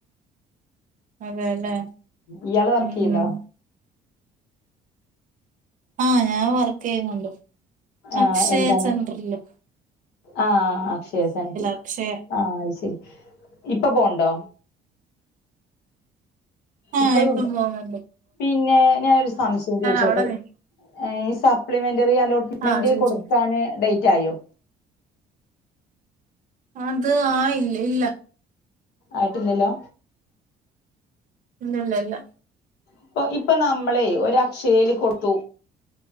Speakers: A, on the right (about 50°); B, on the left (about 85°).
A: അതെല്ലേ
B: ഇയാള് വർക്കയ്യ്ണ്ടോ
A: ഉം ആഹ് ഞാൻ വർക്ക് ചെയ്യുന്നുണ്ട് അക്ഷയ
B: ആഹ് എന്താണ്
A: സെന്ററല്
B: ആഹ് അക്ഷയ സെന്റർ
A: അക്ഷയ
B: ആഹ് അത് ശരി ഇപ്പൊ പോണ്ടോ
A: ആഹ്
B: ഇപ്പഴും
A: ഇപ്പം
B: ഉണ്ടോ
A: പോന്ന
B: പിന്നെ ഞാനൊരു സംശയം ചോദിച്ചോട്ടെ
A: അവിടെ നി
B: ഈ സപ്ലിമെന്ററി അലോട്ട്മെന്റ്
A: ആഹ് ചോദിച്ചോ
B: കൊടുക്കാൻ ഡേറ്റ് ആയോ
A: അത് ആയില്ല ഇല്ല
B: ആയിട്ടില്ലല്ലോ
A: ഇല്ല ഇല്ല ഇല്ല
B: ഇപ്പൊ ഇപ്പൊ നമ്മളെ ഒരു അക്ഷയില് കൊത്തു